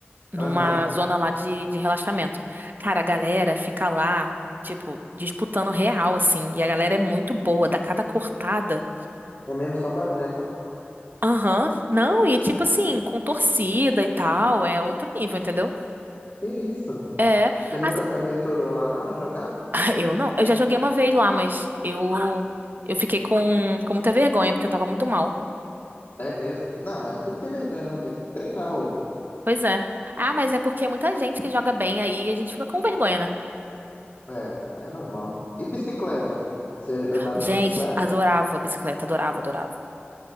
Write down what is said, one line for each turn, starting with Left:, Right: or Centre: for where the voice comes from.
Right: numa
Left: Aham.
Right: zona lá de, de relaxamento. Cara, a galera fica lá, tipo, disputando real, assim. E a galera é muito boa, dá cada cortada.
Left: É mesmo só o barulho, né?
Right: Aham. Não, e tipo assim, com torcida e tal, é outro nível, entendeu?
Left: Que isso?
Right: É.
Left: Você nunca
Right: assim-
Left: se aventurou lá não em jogar?
Right: <laughs> Ah, eu não. Eu já joguei uma vez lá, mas eu eu fiquei com, com muita vergonha, porque eu tava muito mal.
Left: É mesmo? Não, mas não tem que ter vergonha não, tem que treinar, ué.
Right: Pois é. Ah, mas é porque é muita gente que joga bem aí, a gente fica com vergonha, né?
Left: É, é normal. E bicicleta? Você andava
Right: Gente,
Left: de bicicleta?
Right: adorava bicicleta, adorava, adorava.